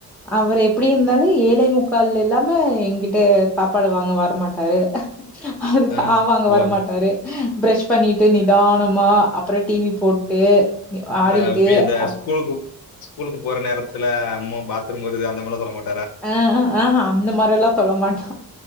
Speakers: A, in the centre; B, on the left (about 75°).
A: அவரை எப்டி இருந்தாலு ஏழே முக் முக்கால் இல்லாமே எங்கிட் விட்டு சாப்பாடு வாங்க வரமாட்டாரு அதுக்கு
B: ஆ
A: ஆவங்க
B: ஓ
A: வரமாட்டாரு பிரஷ் பண்ணிட்டு நிதானமா அப்பற டி வி போட்டு நி ஆடிட்டு
B: இந்த வீத
A: அப்
B: ஸ்கூலுக்கு ஸ்கூலுக்கு போற நேரத்துல அம்மு பாத்ரூம் வருது அந்த மாதிரிலா சொல்ல மாட்
A: அ ஆஹ அந்த மாரி எல்லா சொல்ல மாட்